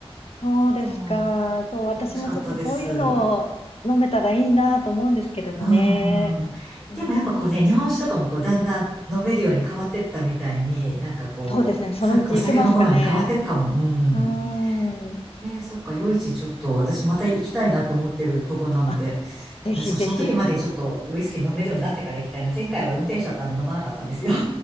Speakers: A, on the left (about 70°); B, in the centre.
A: そうですか。
B: そう、
A: そう、私もちょっとそういうのを飲めたらいいなと思うんですけれどね。
B: 楽しかったです。うん。
A: うん、
B: でもやっぱこうね、日本酒とかもこうだんだん飲めるように変わってったみたいに、なんかこう、
A: そうですね。そのうち行けますかね。
B: さ、お酒の好み変わってっかも。うん。
A: うん。
B: えー、そっか、夜市ちょっと私また行きたいなと思ってるとこなので、
A: あ、ぜひぜひ。
B: そ、その時までにちょっとウイスキー飲めるようになってから行きたいな。前回は運転手だったんで飲まなかったんですよ。